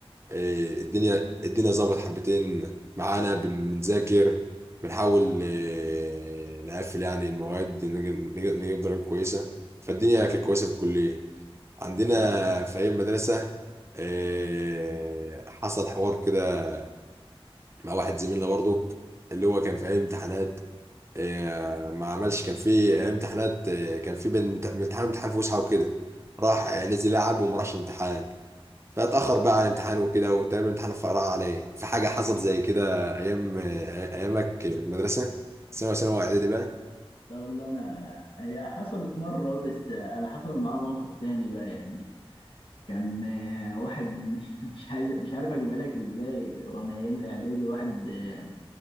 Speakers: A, on the right; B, on the left.
A: إيه، الدنيا الدنيا ظبط حبتين معانا بن- بنذاكر بنحاول آه، نقفل يعني المواد نج- نج- نجيب درجات كويسه فالدنيا كانت كويسه في الكليه عندنا في أيام مدرسة آه، حصل حوار كده مع واحد زميلنا برضو اللي هو كان في أيام امتحانات آه، ما عملش كان في أيام امتحانات آه، كان في بين امت- من امتحان امتحان فسحة وكده راح آه، نزل يلعب وما راحش الامتحان فاتأخر بقى على الامتحان وكده وتقريبا الامتحان فقرا عليه في حاجة حصلت زي كده أيام آه، أيامك في المدرسة ثانوي ثانوي إعدادي بقى
B: لا والله انا هي حصلت مرة بس انا حصل معايا موقف تاني بقى يعني كان آه، واحد <laughs> مش عايز مش عارف اجيبها لك ازاي وانا ايام الاعدادي واحد آه،